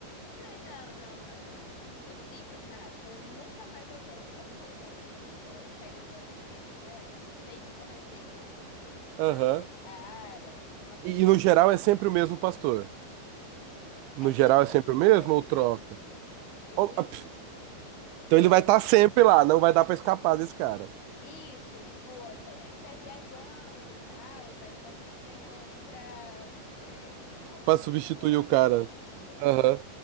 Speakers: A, on the left; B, on the right.
A: Eu Falei, não, não, não, não. Possível, cara. Eu Falei, nunca mais eu volto. Só se for um outro pastor, que aí eu vou um dia que, né? Eu sei que não vai ser esse.
B: aham.
A: Mas eu falei, cara, pra uma pessoa
B: E, e no
A: que
B: geral
A: estuda
B: é sempre o mesmo pastor? No
A: É que
B: geral
A: ele
B: é sempre
A: é tipo
B: o mesmo
A: o presidente.
B: ou troca?
A: Tipo
B: Ou-
A: isso,
B: ah, pf,
A: tipo,
B: Então ele
A: é,
B: vai estar sempre lá, não vai dar pra escapar desse cara.
A: isso, tipo, quando ele estiver viajando e tal, aí pode ser que venha um pra, é, como fala?
B: Pra substituir
A: Fica no lugar
B: o
A: dele.
B: cara.
A: Isso.
B: Aham.